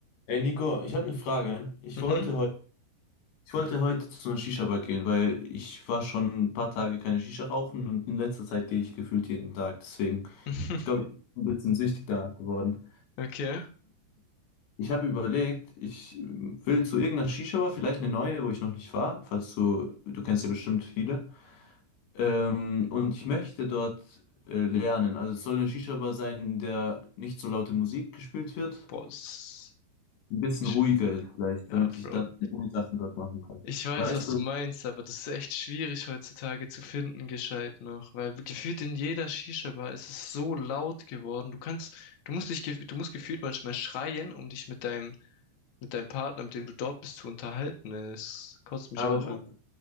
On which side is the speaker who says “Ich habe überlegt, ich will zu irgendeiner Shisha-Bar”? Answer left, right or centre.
Left